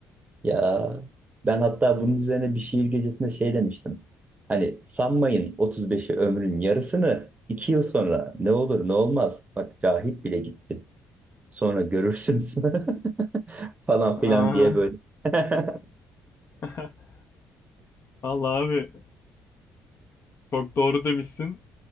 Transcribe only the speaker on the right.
Ya ben hatta bunun üzerine bir şiir gecesinde şey demiştim. Hani sanmayın 35'i ömrün yarısını 2 yıl sonra ne olur ne olmaz. Bak Cahit bile gitti. Sonra görürsünüz <laughs> falan
filan diye böyle. <laughs>